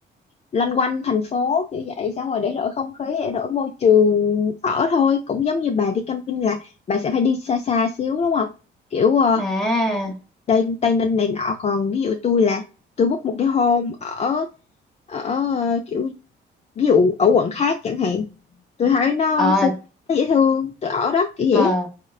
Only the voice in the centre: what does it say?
À,
ờ,
ờ,